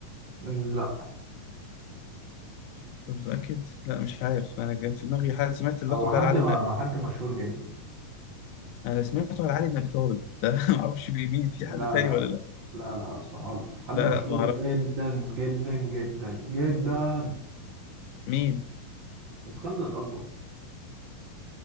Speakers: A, on the right; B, on the left.
A: لا
B: أنا متأكد؟ لا مش عارف أنا كان في دماغي حد سمعت اللقب
A: هو حد
B: ده على علي
A: ما
B: بن أبي
A: ما حد مشهور جدا
B: أنا سمعته على علي بن أبي طالب ده <laughs> ما أعرفش مين في
A: لا
B: حد تاني
A: لا
B: ولا
A: لا
B: لا
A: لا لا أصلا غلط حد
B: لا
A: مشهور
B: لا ما أعرف
A: جدا جدا جدا جدا
B: مين
A: اسكندر الأكبر